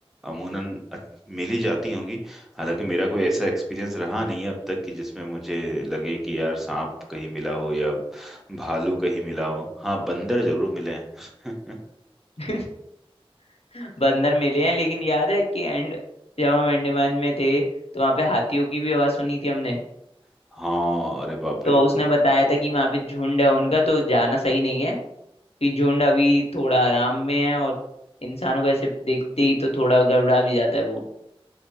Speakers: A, in the centre; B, on the left (about 85°).
A: अमूनन अच्छ- मिल ही जाती होंगी हालांकि मेरा कोई ऐसा एक्सपीरियंस रहा नहीं है अब तक कि जिसमें मुझे लगे कि यार सांप कहीं मिला हो या भालू कहीं मिला हो हाँ बंदर जरूर मिले हैं
B: <laughs> बंदर मिले हैं लेकिन याद है कि एंड जब हम अंडमान में थे तो वहां पे हाथियों की भी आवाज सुनी थी हमने
A: <laughs> हाँ अरे बाप
B: तो
A: रे
B: उसने बताया था कि वहां पे झुंड है उनका तो जाना सही नहीं है कि झुंड अभी थोड़ा आराम में है और इंसानों को ऐसे देखते ही तो थोड़ा गड़बड़ा भी जाता है वो